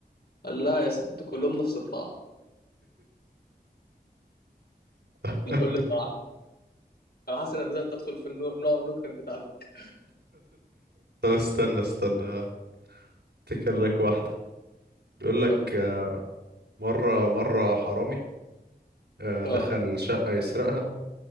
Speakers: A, on the left (about 70°); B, on the right (about 85°).
A: قال لها يا ست كلهم نفس الطعم
B: <laughs>
A: <laughs> قول له طبعا انا حاسس انك بدأت تدخل في النوع نوع النكت بتاعتك
B: طب استنى استنى افتكر لك واحدة بيقول لك
A: قول لي
B: آه، مرة مرة حرامي آه،
A: اه
B: دخل شقة يسرقها